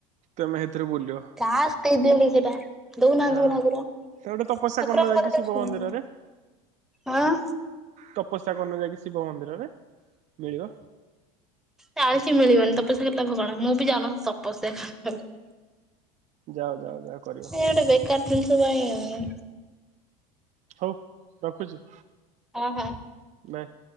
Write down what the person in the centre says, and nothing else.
କାଶ ଦେଇଦିଅନ୍ତି କି ସେଟା ଦଉନାହାଁନ୍ତି
ମୋ ଭାଉଜଟା
ଠାକୁର
ଆମକଥା
କେବେ ଶୁଣିନାହାଁନ୍ତି।
ଆଁ
ଜାଣିଛି ମିଳିବନି ତପସ୍ୟା କରି ଲାଭ କଣ ମୁଁ ବି ଜାଉନଥିଲି ତପସ୍ୟା କରିବାକୁ।
ହେ ଗୋଟେ ବେକାର ଜିନିଷ ପାଇଁ
ହଁ ହଁ।